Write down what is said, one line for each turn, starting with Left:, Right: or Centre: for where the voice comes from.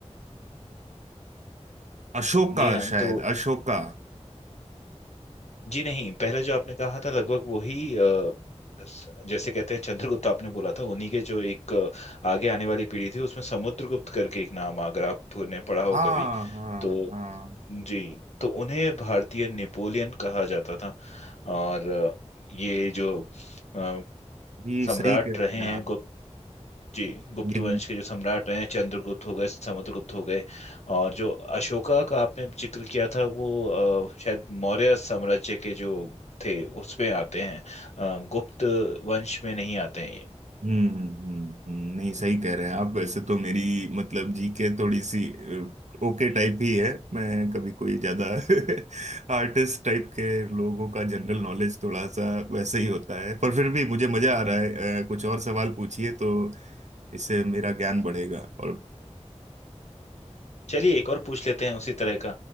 Right: अशोका
Left: जी हाँ
Right: शायद
Left: तो
Right: अशोका
Left: जी नहीं पहले जो आपने कहा था लगभग वही अ, स- जैसे कहते हैं चंद्रगुप्त आपने बोला था उन्हीं के जो एक अ, आगे आने वाली पीढ़ी थी उसमें समुद्रगुप्त करके एक नाम अगर आपने पढ़ा हो
Right: हाँ
Left: कभी
Right: हाँ
Left: तो
Right: हाँ
Left: जी तो उन्हें भारतीय नेपोलियन कहा जाता था और अ, ये जो अ,
Right: ये
Left: सम्राट
Right: सही कह
Left: रहे
Right: रहे हैं
Left: हैं
Right: आप
Left: जी गुप्त
Right: ये
Left: वंश के जो सम्राट हैं चंद्रगुप्त हो गए समुद्रगुप्त हो गए और जो अशोका का आपने जिक्र किया था वो अ, शायद मौर्य साम्राज्य के जो थे उसमें आते हैं अ, गुप्त वंश में नहीं आते हैं ये
Right: हम्म हम्म हम्म, नहीं सही कह रहे हैं आप वैसे तो मेरी मतलब जीके थोड़ी सी अ, ओके टाइप ही है मैं कभी कोई ज्यादा <laughs> आर्टिस्ट टाइप के लोगों का जनरल नॉलेज थोड़ा सा वैसे ही होता है पर फिर भी मुझे मजा आ रहा है अ, कुछ और सवाल पूछिए तो इससे मेरा ज्ञान बढ़ेगा और
Left: चलिए एक और पूछ लेते हैं उसी तरह का